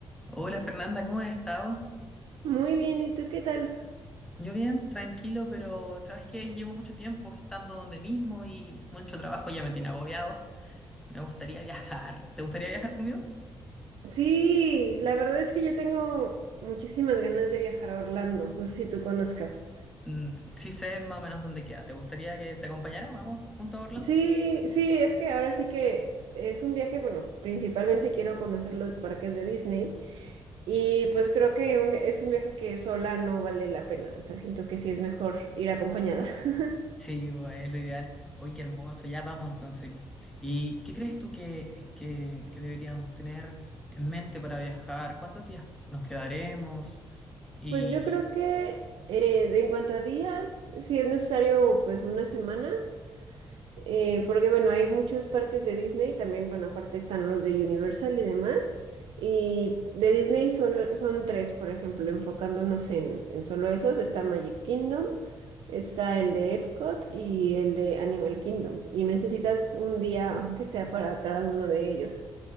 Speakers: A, in the centre; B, on the right.
A: Hola Fernanda, ¿cómo has estado?
B: Muy bien, ¿y tú qué tal?
A: Yo bien, tranquilo, pero sabes que llevo mucho tiempo estando donde mismo y mucho trabajo ya me tiene agobiado. Me gustaría viajar. ¿Te gustaría viajar conmigo?
B: Sí, la verdad es que yo tengo muchísimas ganas de viajar a Orlando, no sé si tú conozcas.
A: Mm, sí sé más o menos dónde queda. ¿Te gustaría que te acompañara? ¿Vamos juntos a Orlando?
B: Sí, sí, es que ahora sí que es un viaje, bueno, principalmente quiero conocer los parques de Disney y pues creo que un vi- es un viaje que sola no vale la pena, o sea, siento que sí es mejor ir acompañada. <laughs>
A: Sí, pues es lo ideal. Hoy qué hermoso, ya vamos entonces. ¿Y qué crees tú que, que, que deberíamos tener en mente para viajar? ¿Cuántos días nos quedaremos? Y...
B: Pues yo creo que eh, de- en cuanto a días, si es necesario, pues una semana. Eh, porque bueno, hay muchos parques de Disney, también, bueno, aparte están los de Universal y demás. Y de Disney solo, son tres, por ejemplo, enfocándonos en, en solo esos, está Magic Kingdom, está el de Epcot y el de Animal Kingdom. Y necesitas un día, <laughs> aunque sea para cada uno de ellos.